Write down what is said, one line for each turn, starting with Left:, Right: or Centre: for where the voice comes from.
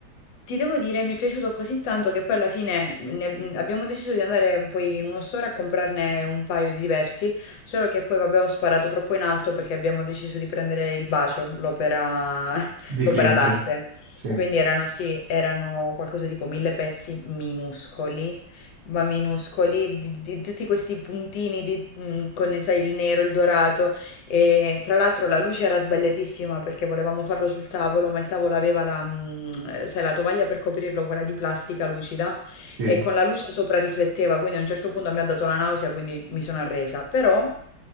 Left: Ti devo dire, mi è piaciuto così tanto che poi alla fine ne- abbiamo deciso di andare poi in uno store a comprarne un paio di diversi, solo che poi vabbè ho sparato troppo in alto perché abbiamo deciso di prendere il bacio, l'opera <laughs>
Right: <laughs> Di
Left: l'opera
Right: Clint.
Left: d'arte.
Right: Sì,
Left: Quindi erano sì, erano qualcosa tipo mille pezzi minuscoli ma minuscoli, di, di tutti questi puntini di- mh, con, sai, il nero, il dorato. E tra l'altro la luce era sbagliatissima perché volevamo farlo sul tavolo, ma il tavolo aveva la, mh, sai, la tovaglia per coprirlo, quella di plastica lucida,
Right: sì.
Left: e con la luce sopra rifletteva, quindi a un certo punto mi ha dato la nausea, quindi mi sono arresa. Però